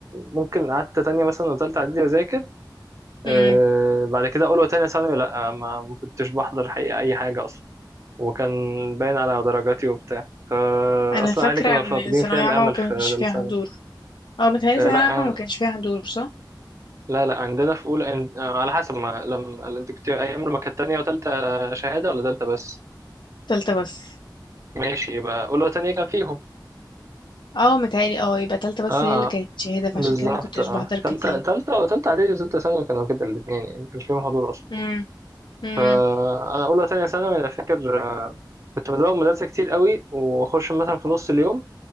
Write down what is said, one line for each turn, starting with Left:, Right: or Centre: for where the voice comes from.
Right: ممكن قعدت تانية مثلا وتالتة إعدادي بذاكر آه
Left: امم
Right: بعد كده أولى وتانية ثانوي لأ ما ما كنتش بحضر حقيقة أي حاجة أصلا وكان باين على درجاتي وبتاع فا
Left: انا
Right: أصلا
Left: فاكرة
Right: أهلي كانوا
Left: ان
Right: فاقدين
Left: ثانوية
Right: فيها الأمل
Left: عامة ما كانش
Right: في
Left: فيها
Right: السنة
Left: حضور اه متهيألي
Right: لا
Left: ثانوية عامة ما كانش فيها حضور صح
Right: لا لا عندنا في اولى إن... آه، على حسب ما لما انت كنت ايام لما كانت تانية وتالتة شهادة ولا تالتة بس
Left: تالتة بس
Right: ماشي يبقى اولى وتانية كان فيهم
Left: اه متهيألي اه يبقى تالتة بس
Right: اه
Left: هي اللي كانت
Right: آه،
Left: شهادة
Right: بالظبط
Left: فعشان كده ما كنتش
Right: اه
Left: بحضر كتير
Right: تالتة تالتة وتالتة اعدادي وتالتة ثانوي كانوا كده الاتنين يعني ما كانش فيهم حضور اصلا
Left: امم امم
Right: فانا اولى وتانية ثانوي انا فاكر آه، كنت بزوغ مدرسة كتير قوي واخش مثلا في نص اليوم